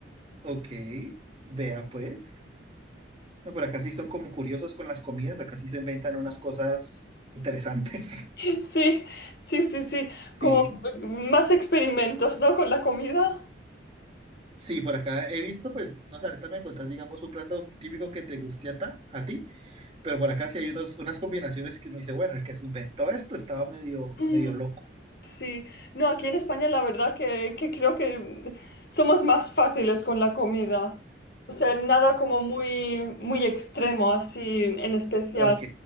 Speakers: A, on the right (about 30°); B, on the left (about 55°).
A: Ok, vea pues. No, pero acá sí son como curiosos con las comidas, acá sí se inventan unas cosas interesantes. <laughs>
B: Sí, sí, sí, sí.
A: Sí,
B: Como más experimentos, ¿no? Con la comida.
A: sí, por acá he visto, pues, no sé, ahorita me contás, digamos, un plato típico que te guste a, ta- a ti, pero por acá sí hay unos, unas combinaciones que uno dice, bueno, el que se inventó esto estaba medio,
B: Mm.
A: medio loco.
B: Sí, no, aquí en España la verdad que, que creo que mm, somos más fáciles con la comida. O sea, nada como muy, muy extremo así en especial.
A: Ok,